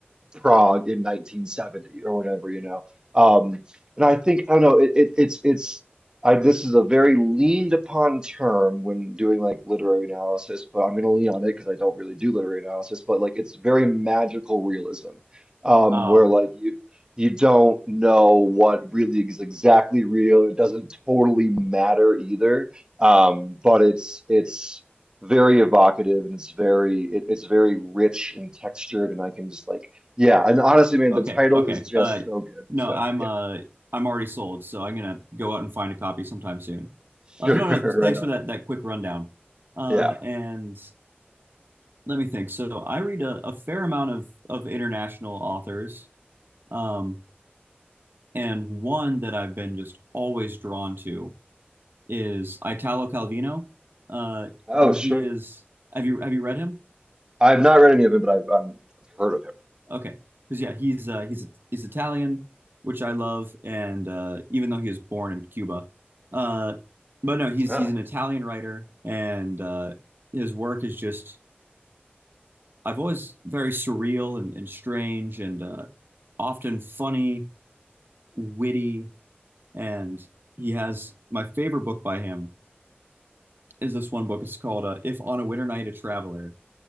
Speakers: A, on the right (about 20°); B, on the right (about 60°).
A: Prague in 1970 or whatever, you know. Um, and I think, I don't know, it, it, it's, it's, I, this is a very leaned upon term when doing like literary analysis, but I'm going to lean on it because I don't really do literary analysis, but like it's very magical realism, um,
B: Ah,
A: where like you, you don't know what really is exactly real. It doesn't totally matter either. Um, but it's, it's, very evocative and it's very it, it's very rich and textured and I can just like yeah, and honestly, man,
B: okay,
A: the title
B: okay.
A: is just
B: Uh,
A: so good.
B: no,
A: So
B: I'm
A: yeah,
B: uh I'm already sold, so I'm gonna go out and find a copy sometime soon.
A: <laughs> sure,
B: Uh, no, no,
A: right
B: thanks
A: on.
B: for that that quick rundown. Uh,
A: Yeah.
B: and let me think. So I read a, a fair amount of of international authors, um, and one that I've been just always drawn to is Italo Calvino, uh,
A: Oh,
B: who
A: sure.
B: he is. Have you have you read him?
A: I've not read any of it, but I've um, heard of him.
B: Okay, because yeah, he's uh, he's he's Italian, which I love, and uh, even though he was born in Cuba, uh, but no, he's
A: Oh.
B: he's an Italian writer, and uh, his work is just I've always very surreal and, and strange and uh, often funny, witty, and he has my favorite book by him is this one book. It's called uh, "If on a Winter Night a Traveler,"